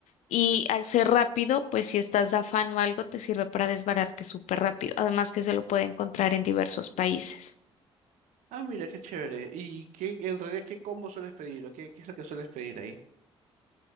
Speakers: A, on the left (about 60°); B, on the right (about 65°).
A: y al ser rápido, pues si estás de afán o algo, te sirve para desbararte súper rápido. Además que se lo puede encontrar en diversos países.
B: ah, mira, qué chévere. ¿Y qué, en realidad, qué combo sueles pedir o qué, qué es lo que sueles pedir ahí?